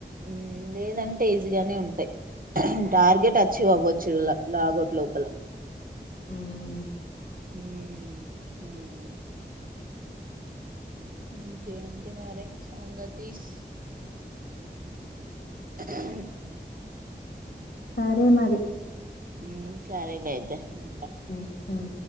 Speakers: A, on the right (about 50°); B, on the left (about 80°).
A: హమ్ లేదం టె ఈజీగానే ఉంటయ్ టార్గెట్ అచీవ్ అవ్వచ్చు ల లాగౌట్ లోపల
B: హుమ్
A: హమ్ హమ్ ఇంకేంటి మరి సంగతీస్ హమ్
B: సరే మరి
A: హోం సరేలే అయితే ఉంటా
B: హం హం